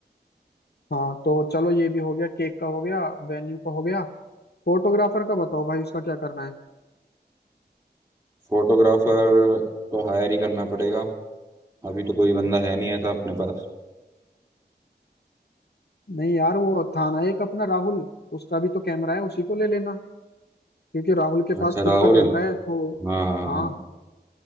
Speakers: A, on the left; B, on the right.
A: हाँ तो चलो ये भी हो गया केक का हो गया वेन्यू का हो गया फोटोग्राफर का बताओ भाई उसका क्या करना है
B: फोटोग्राफर तो हायर ही करना पड़ेगा अभी तो कोई बंदा है नहीं ऐसा अपने पास
A: नहीं यार वो था ना एक अपना राहुल उसका भी तो कैमरा है उसी को ले लेना क्योंकि राहुल के
B: अच्छा
A: पास
B: राहुल
A: खुद का कैमरा है तो
B: हाँ हाँ,
A: हाँ
B: हाँ।